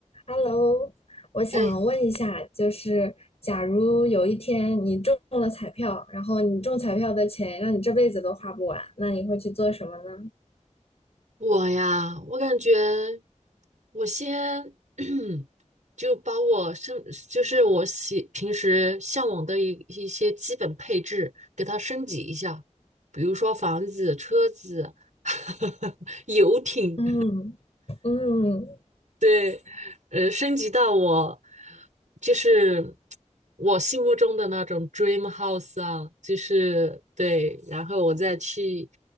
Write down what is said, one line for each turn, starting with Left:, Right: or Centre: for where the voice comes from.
Left: Hello，我想问一下，
Right: 哎，
Left: 就是假如有一天你中了彩票，然后你中彩票的钱让你这辈子都花不完，那你会去做什么呢？
Right: 我呀，我感觉我先 <clears throat> 就把我升，就是我喜平时向往的一一些基本配置给它升级一下，比如说房子、车子、<laughs> 游艇。
Left: 嗯嗯
Right: 对，呃，升级到我就是我心目中的那种 dream house 啊，就是对，然后我再去